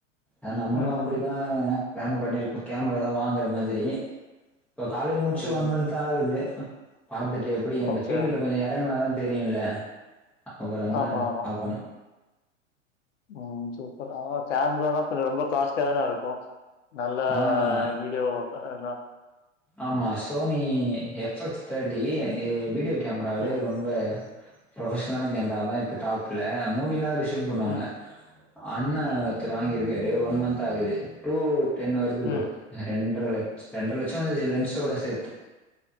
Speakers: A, in the centre; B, on the left (about 70°).
A: அ நம்மளு
B: ம்,
A: அப்டிதாங்க ங்க பிளான் பண்ணிருக்கோ கேமரா தா வாங்குற மாதிரி இப்போ காலேஜ் முடிச்சு
B: ம்.
A: ஒன் மந்த் தா ஆகுது பாத்துட்டு எப்டி அந்த
B: ஓகே,
A: ஃபீல்டுல
B: ஓகே.
A: கொஞ்சோ எறங்குனாதா தெரியு இல்ல அப்பறந்தா
B: ஆமாமா.
A: கால் பண்ணே
B: ம் சூப்பர் ஆனா கேமரான்னா பின்ன ரொம்ப காஸ்ட்லியா தானே இருக்கு நல்ல
A: ஆ
B: வீடியோ ப ண்ணா
A: ஆமா சோனி எஃப் எக்ஸ் தேட்டி இ வீடியோ கேமராலே
B: ம்,
A: ரொம்ப ப்ரொஃபஷ்லான கேமரா அதா இப்ப டாப்ல மூவிலா அதுல டிம் பண்ணுவாங்க
B: ம்,
A: அண்ண
B: ம்,
A: ஒருத்தரு வாங்கிருக்காரு ஒன் மந்த் ஆகுது டூ டென்னு வருது
B: ம்,
A: ப்ரோ ரெண்ட்ர லச் ரெண்ட்ர லட்சோ வருது லென்ஸ்சோட சேத்து